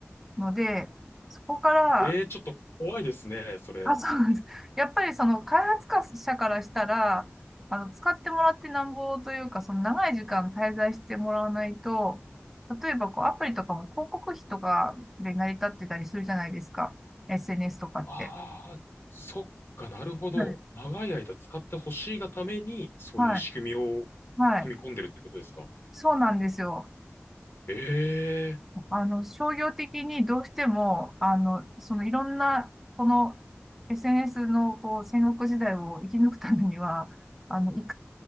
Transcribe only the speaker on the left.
ええ、ちょっと怖いですね、それ。
ああ、そっか、なるほど。
長い間使ってほしいがために、そういう仕組みを
組み込んでるってことですか。
ええ、